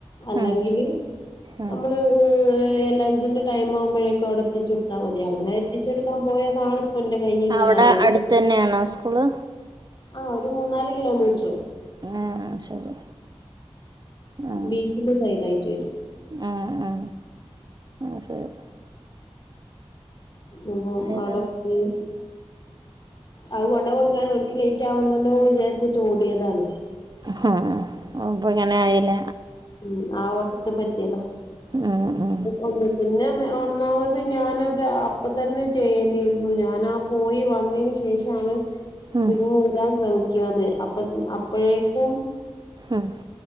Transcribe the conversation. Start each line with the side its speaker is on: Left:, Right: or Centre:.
Left: അല്ലെങ്കില്
Right: ഉം ഉം
Left: നമ്മള് ലഞ്ചിന്റെ ടൈം ആവുമ്പോഴേക്കെ അവിടെ എത്തിച്ച കൊടുത്താൽ മതി അങ്ങനെ എത്തിച്ചെടുക്കാൻ പോയതാണ് പുന്റെ കൈ ഇങ്ങനെ
Right: അവിടെ
Left: ആയത്
Right: അടുത്ത തന്നെയാണോ സ്കൂള്
Left: ആഹ ഒരു മൂന്നാല് കിലോമീറ്ററ്
Right: ആഹ ആ ശരി ആ
Left: ബീച്ചിന്റെ സൈഡ് ആയിട്ട് വരും
Right: ആ ആ <inaudible>
Left: എ്പ
Right: വേറെന്ന
Left: അവിടെപ്പയി അത് കൊണ്ട കൊടുക്കാന് അവൻക്ക് ലേറ്റ് ആാവണ്ടല്ലോ എന്ന് വിചാരിച്ചിട്ട് ഓടിയതാണ്
Right: ഹ അപ്പ ഇങ്ങനെ ആയില്ല
Left: ഉ ആ ഓട്ടത്ത് പറ്റിയതാ
Right: ആ ആ
Left: ഒന്ന് പിന്നെ ഒന്നാമത് ഞാനത് അപ്പ തന്നെ ചെയ്യേണ്ടിയിരുന്നു ഞാനാ പോയി വന്നതിന് ശേഷമാണ്
Right: ഉം
Left: റിങ് ചെയ്യാൻ ശ്ര ക്കണത് അപ്പ അപ്പോഴേക്കും
Right: ഉം